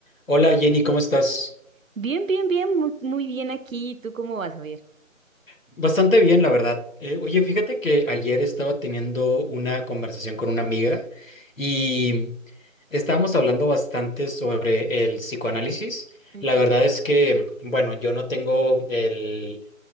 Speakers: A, on the left; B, on the right.
A: Hola Jenny, ¿cómo estás?
B: Bien, bien, bien, muy, muy bien aquí. ¿Tú cómo vas, Javier?
A: Bastante bien, la verdad. Eh, oye, fíjate que ayer estaba teniendo una conversación con una amiga y estábamos hablando bastante sobre el psicoanálisis.
B: Ujú,
A: La verdad es que, bueno, yo no tengo el,